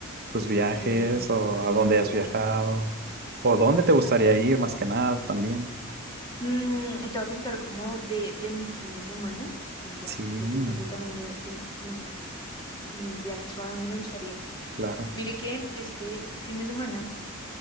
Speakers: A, on the right; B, on the left.
A: Tus viajes
B: de,
A: o
B: de
A: a
B: mis
A: dónde has
B: viajes?
A: viajado o dónde te gustaría ir más que nada también.
B: Mm, te voy a contar como de, de mi fin de semana y ya,
A: Sí,
B: ya te cuento también de, de mis, mis viajes o a dónde me gustaría.
A: claro.
B: Mire que este, este fin de semana